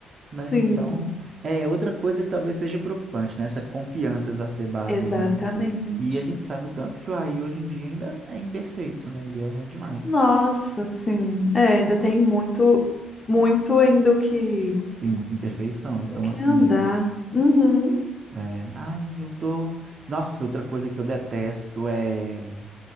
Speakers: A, on the left (about 25°); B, on the right (about 45°).
A: <laughs>
B: né?
A: Sim,
B: Então, é outra coisa que talvez seja preocupante, né? Essa confiança exacerbada
A: exatamente.
B: aí, no... E a gente sabe o tanto que o AI hoje em dia ainda é imperfeito, né? Ele erra demais.
A: Nossa, sim. É, ainda tem muito, muito ainda o que,
B: Tem muita imperfeição. Então,
A: o que
B: assim,
A: andar. Uhum.
B: É, ai, eu tô. Nossa, outra coisa que eu detesto é